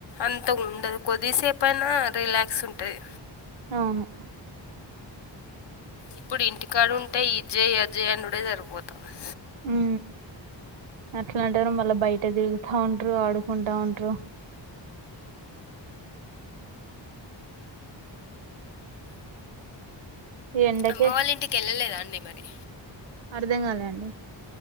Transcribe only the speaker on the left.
అంత గుండదు కొద్దిసేపు అయినా రిలాక్స్ ఉంటది
ఇప్పుడు ఇంటికాడుంటే ఇది చేయి అది చెయ్ అనుడే సరిపోతుంది
అమ్మ వాళ్ళ ఇంటికి వెళ్ళలేదా అండి మరి